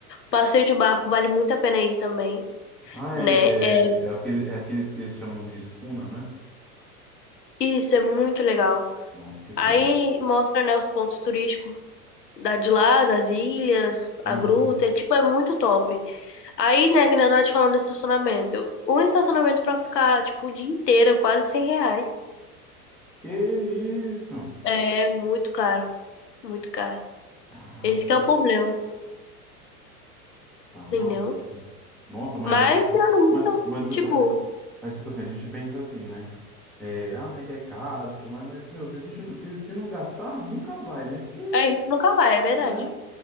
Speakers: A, on the left; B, in the centre.
A: Passeio de barco vale muito a pena ir também,
B: Ah, é,
A: né? É,
B: é, é, aquele, é aqueles que eles chamam de escuna, né?
A: isso é muito legal.
B: Nossa, que top.
A: Aí mostra, né, os pontos turísticos da, de lá, das ilhas,
B: Uhum.
A: a gruta, é, tipo, é muito top. Aí, né, que nem eu tava te falando do estacionamento. Um estacionamento pra ficar, tipo, o dia inteiro, é quase 100 reais.
B: Que isso?
A: É muito caro, muito caro.
B: Cara,
A: Esse que é o problema,
B: Tá maluco.
A: entendeu?
B: Nossa, mas,
A: Mas,
B: eu-
A: tirando
B: mas,
A: isso,
B: mas, eu-
A: tipo,
B: mas, tipo assim, a gente pensa assim, né? É, ah, é que é caro e tudo mais, mas, meu, se a gente não- se, se não gastar, nunca vai, né? Porque,
A: a gente nunca vai, é verdade.
B: né?